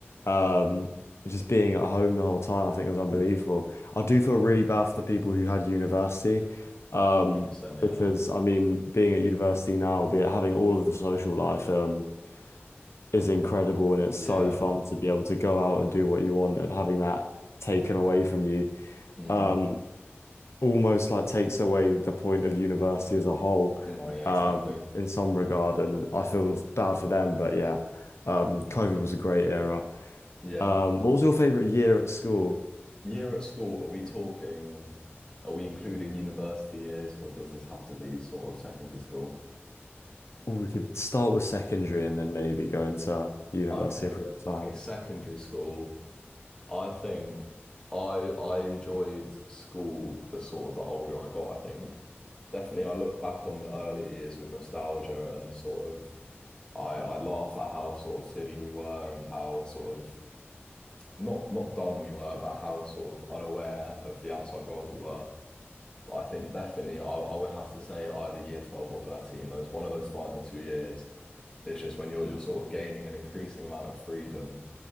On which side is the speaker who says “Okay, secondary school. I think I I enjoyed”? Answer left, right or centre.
Left